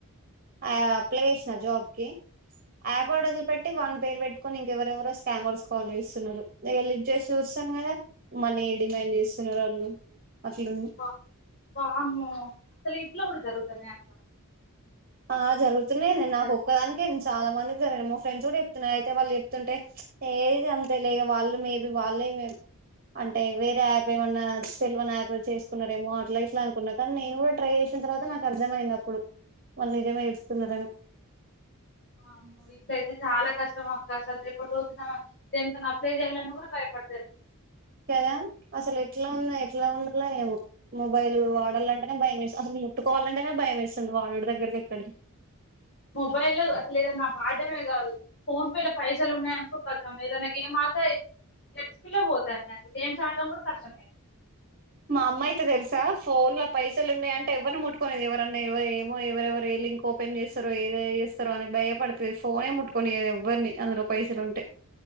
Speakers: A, on the right (about 40°); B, on the left (about 50°).
A: ఆయా అప్లై చేసిన జాబ్ కి యాప్
B: ఆ,
A: ఆర్డర్లు పెట్టి వాన్ పేర్ పెట్టుకుని ఇంకెవరెవరో స్కామర్స్ కాల్ చేస్తున్నారు నేను లిఫ్ట్ చేసి చూస్తే చన్నగా మన ఏ డిమాండ్ చేస్తున్నారు వాళ్ళు అట్లుంది
B: వా వామ్మో అసలు ఇట్లా కూడా జరుగుతనే అంత
A: ఆ జరుగుతున్నా నేను నాకు
B: అసలు
A: ఒక్కదాకే నేను చాలా మందికి జరిగను ఫ్రెండ్స్ కూడా చెప్తున్నారు అయితే వాళ్ళు చెప్తుంటే ఏది అంతే లే వాళ్ళు మేబీ వాళ్ళే అంటే వేరే యాప్ ఏమన్నా సెల్వన్ యాప్ చేసుకున్నారేమో అట్లా ఇట్లా అనుకున్నా కానీ నేను కూడా ట్రై చేను వచ్చిన తర్వాత నాకు అర్థమయింది అప్పుడు మళ్ళు నిజమే ఇస్తున్నారని
B: వామ్మో ఇట్ల అయితే చాలా కష్టం అక్క అసలు రేపటి రోజున దేనికన్నా అప్లై చేయాలని కూడా భయపడుతది
A: కదా అసలు ఎట్లా ఉన్నా ఎట్లా ఉండలో ఏమో మొబైల్ వాడాలంటేనే భయం వేస్తుంది అసలు ముట్టుకోవాలంటేనే భయం వేస్తుంది వాడుడు దగ్గరకి ఎక్కడికి
B: మొబైల్ అసలు ఏదన్నా వాడడమే కాదు ఫోన్ పేలో పైస పైసలు ఉన్నాయ అనుకో కతం ఏదనా గేమ్ ఆతా గచ్చి పిల్ల పోతానే అసలు గేమ్స్ ఆడడం కూడా కష్టమైంది
A: మా అమ్మ అయితే తెల్సా ఫోన్ లో పైసలు ఉన్నాయి అంటే ఎవరిని ముట్కునేది ఎవరన్నా ఎవరు ఏమో ఎవరెవరు ఏ లింక్ ఓపె చేస్తారో ఏద చేస్తారు అని భయపడుతుంది ఫోనే ముట్టుకొనిది ఎవ్వరిని అందులో పైసలు ఉంటే